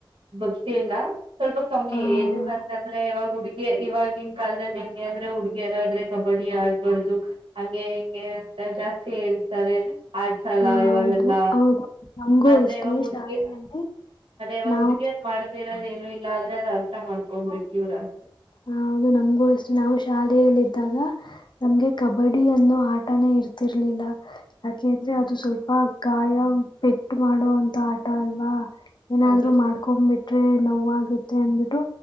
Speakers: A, on the right; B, on the left.
A: ಭಕ್ತಿ ಇಲ್ಲ ಸ್ವಲ್ಪ ಕಮ್ಮಿ
B: ಆ
A: ಎದುಕ್ಕ ಅಂತಂದ್ರೆ ಇವಾಗ್ ಹುಡುಗ್ ಗೆ ಇವಾಗಿನ್ ಕಾಲ್ದಲ್ಲಿ ಹೆಂಗೆ ಅಂದ್ರೆ ಹುಡ್ಗಿಯರಾದ್ರೆ ಕಬಡ್ಡಿ ಆಡ್ಬಾರ್ದು ಹಂಗೆ ಹಿಂಗೆ ಅಂತ ಜಾಸ್ತಿ ಹೇಳ್ತರೆ ಆರ್ಟ್ಸ್ ಅಲ್ಲ
B: ಹ
A: ಇವಾಗೆಲ್ಲ
B: ಹೌದು ಹೌದು ನಮಗೂ
A: ಆದ್ರೆ
B: ಅಷ್ಟೇ
A: ಇವಾಗ ಹುಡುಗಿರ್
B: ಶಾಲೆಯಲ್ಲಿ
A: ಇವಾಗ
B: ನಾವು
A: ಹುಡುಗಿಯದ ಮಾಡ್ತಿ ಇರೋದ್ ಏನ್ ಏ ಇಲ್ಲ ಆದ್ರೆ ಅದು ಅರ್ಥ ಮಾಡ್ಕೊಬೇಕು ಇವ್ರ ಅ
B: ಹ ಹೌದು ನಮ್ಗೂ ಅಷ್ಟೇ ನಾವು ಶಾಲೆಯಲಿದ್ದಾಗ ನಮ್ಗೆ ಕಬಡ್ಡಿ ಅನ್ನೋ ಆಟನೇ ಇರ್ತಿರ್ಲಿಲ್ಲ ಯಾಕೆ ಅಂದ್ರೆ ಅದು ಸ್ವಲ್ಪ ಗಾಯ ಪೆಟ್ಟು ಮಾಡೋಂತ ಆಟ ಅಲ್ವಾ ಏನಾದ್ರು
A: ಅದು
B: ಮಾಡ್ಕೊ್ಬಿಟ್ಟ ಟ್ರೇ ನೋವಾಗುತ್ತೆ ಅಂದಬಿಟ್ಟು